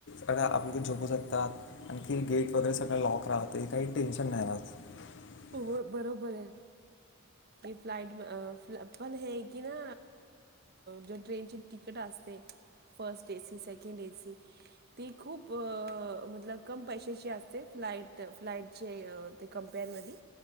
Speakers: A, on the left; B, on the right.
A: सगळं आपल्याकडे झोपू शकतात आणखी गेट वगैरे सगळं लॉक राहतात काही टेन्शन नाही राहत <unintelligible>
B: बरोबर आहे की फ्लाइट पण हे कि ना जे ट्रेनची तिकट अस असते फर्स्ट एसी सेकंड एसी ती खूप मतलब कम पैशाची असते फ्लाईट फ्लाईटचे ते कंप्यांमध्ये